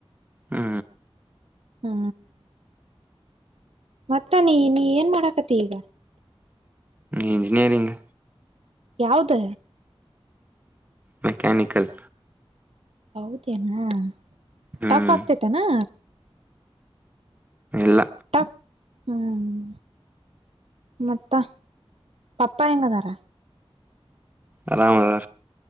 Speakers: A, on the right; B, on the right.
A: ಹೂ
B: ಹೂ ಮತ್ತ ನೀ ನೀ ಏನ್ ಮಾಡಾಕತಿ ಈಗ
A: ಇಂಜಿನಿಯರಿಂಗ್
B: ಯಾವ್ದ
A: ಮೆಕ್ಯಾನಿಕಲ್
B: ಹೌದೇನಾ
A: ಹ್ಮ್
B: ಟಫ್ ಆಗ್ತತನಾ
A: ಇಲ್ಲ
B: ಟಾಪ್ ಹ್ಮ್ ಮತ್ತ ಪಪ್ಪಾ ಹೆಂಗ್ ಹರ
A: ಆರಾಮ್ ಅದರ